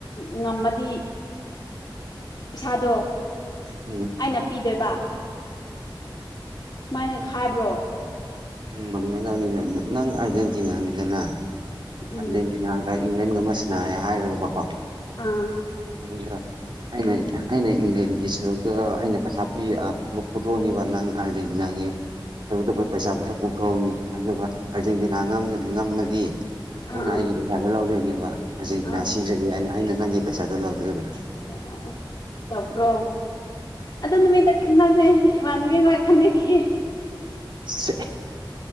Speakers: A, on the left; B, on the right.
A: ꯉꯝꯉꯝꯃꯗꯤ ꯄꯤꯁꯥꯥꯗꯣ
B: ꯎꯝ
A: ꯑꯩꯅꯥ ꯄꯤꯗꯣꯏꯕ ꯁꯨꯃꯥꯏꯅ ꯍꯥꯏꯕ꯭ꯔꯣ
B: ꯎꯝꯃꯪꯉꯗꯅꯤꯅ ꯅꯪ ꯑꯔꯖꯦꯟꯇꯤꯅꯥꯅꯤꯗꯅ ꯑꯥꯔꯖꯦꯟꯇꯤꯅꯥꯒ
A: ꯎꯝ
B: ꯏꯪꯂꯦꯟꯒꯨꯝꯕ ꯁꯥꯟꯅꯔꯦ ꯍꯥꯏꯈ꯭ꯔꯕꯀꯣ
A: ꯑꯥ
B: ꯑꯗꯨꯗꯥ ꯑꯩꯅ ꯑꯩꯅ ꯏꯪꯂꯦꯟꯒꯤ ꯁꯔꯨꯛꯇ ꯑꯩꯅ ꯄꯩꯁꯥ ꯄꯤ ꯄꯨꯊꯣꯛꯑꯅꯦꯕ ꯅꯪ ꯑꯔꯖꯦꯟꯇꯤꯅꯥꯒꯤ <unintelligible> ꯄꯩꯁꯥ ꯄꯨꯊꯣꯛ ꯄꯨꯊꯣꯛꯑꯅꯤ ꯑꯗꯨꯒ ꯑꯥꯔꯖꯦꯟꯇꯤꯅꯥ ꯉꯝꯅ ꯉꯝꯃꯗꯤ ꯅꯪꯅ
A: ꯑꯥ ꯑꯥ
B: ꯑꯩꯒꯤ ꯄꯩꯁꯥꯗꯣ ꯂꯧꯗꯣꯏꯅꯦꯕ ꯑꯥꯔꯖꯦꯟꯇꯤꯅꯥ
A: ꯑꯥ ꯑꯥ
B: ꯁꯤꯈ꯭ꯔꯗꯤ ꯑꯩꯅ ꯑꯩꯅ ꯅꯪꯒꯤ ꯄꯩꯁꯥꯗꯣ ꯂꯧꯗꯣꯏꯕ
A: ꯑꯣ ꯑꯣ ꯑꯣ ꯇꯕ꯭ꯔꯣ ꯑꯗꯨ ꯅꯨꯃꯤꯠꯇ ꯈꯟꯅꯁꯦ ꯏꯃꯥꯟꯅꯕꯤꯒꯣꯏ ꯈꯟꯅꯈꯤꯒꯦ
B: ꯁꯤ